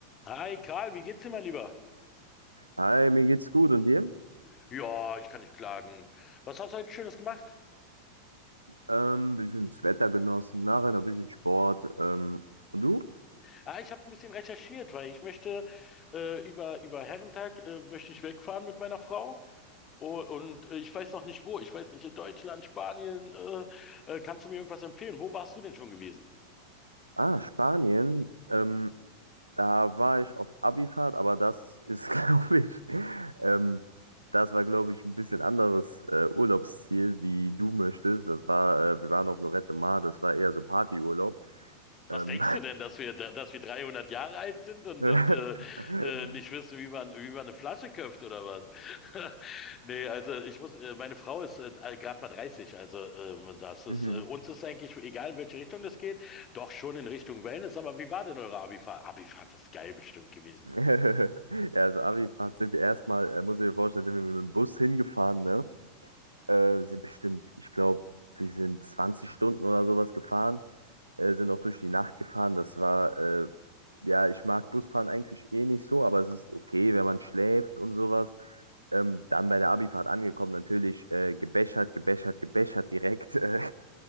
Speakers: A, on the left; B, on the right.
A: Hi Karl, wie geht's dir, mein Lieber?
B: Hi, mir geht's gut und dir?
A: Ja, ich kann nicht klagen. Was hast du heute Schönes gemacht?
B: Ähm, bisschen das Wetter genossen, nachher noch ein bisschen Sport. Ähm, und du?
A: Ah, ich habe ein bisschen recherchiert, weil ich möchte äh, über über Herrentag äh, möchte ich wegfahren mit meiner Frau O- und äh, ich weiß noch nicht wo. Ich weiß nicht in Deutschland, Spanien. Äh, äh, kannst du mir irgendwas empfehlen? Wo warst du denn schon gewesen?
B: Ah, Spanien. Ähm, da war ich auf Abifahrt, aber das ist, <laughs> glaube ich, ähm, das war, glaube ich, ein bisschen anderes äh, Urlaubsziel, wie du möchtest. Das war, äh, wir waren auf Lloret de Mar, das war eher so Partyurlaub.
A: Was
B: Ähm,
A: denkst du denn, dass wir, dass wir 300 Jahre alt sind und,
B: <laughs>
A: und äh, äh, nicht wissen, wie man, wie man eine Flasche köpft oder was? <laughs> Nee, also ich muss, äh, meine Frau ist äh, gerade mal 30, also ähm, das ist,
B: Mhm.
A: äh, uns
B: <laughs>
A: ist eigentlich egal, in welche Richtung das geht, doch schon in Richtung Wellness. Aber wie war denn eure Abifahrt? Abifahrt ist geil bestimmt gewesen.
B: Ja, also Abifahrt sind wir erstmal, äh, muss ich mir vorstellen, sind wir mit dem Bus hingefahren, ne? Äh, sind bestimmt, ich glaube, wir sind 20 Stunden oder sowas gefahren, äh, sind auch durch die Nacht gefahren. Das war, äh, ja, ich mag Busfahren eigentlich eh nicht so, aber es ist okay, wenn man schläft und sowas. Ähm, dann bei der Abifahrt angekommen, natürlich äh, gebechert, gebechert, gebechert direkt. <laughs> Äh,